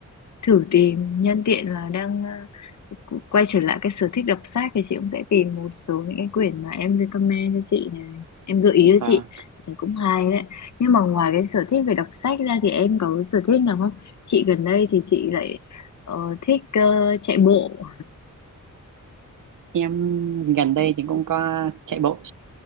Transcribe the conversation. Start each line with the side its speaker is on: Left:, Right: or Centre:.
Left: thử tìm nhân tiện là đang ờ, qu- quay trở lại cái sở thích đọc sách thì chị cũng sẽ tìm một số những cái quyển mà em recommend cho chị này em gợi ý
Right: và
Left: cho chị thì cũng hay đấy nhưng mà ngoài cái sở thích về đọc sách ra thì em có cái sở thích nào không chị gần đây thì chị lại ờ, thích ờ, chạy bộ
Right: em gần đây thì cũng có chạy bộ